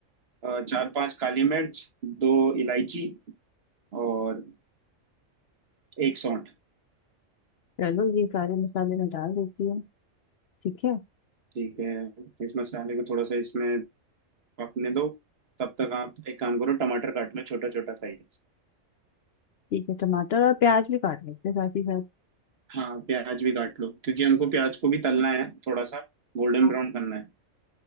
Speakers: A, on the right; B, on the left.
A: अ, चार पांच काली मिर्च दो इलायची और एक सौंठ
B: चलो ये सारे मसाले मैं डाल देती हूँ ठीक है
A: ठीक है इस मसाले को थोड़ा सा इसमें पकने दो तब तक आप एक काम करो टमाटर काट लो छोटा छोटा साइज
B: ठीक है टमाटर और प्याज भी काट लेते हैं साथ ही साथ
A: हाँ प्याज भी काट लो क्योंकि हमको प्याज को भी तलना है थोड़ा सा गोल्डन
B: हाँ,
A: ब्राउन करना है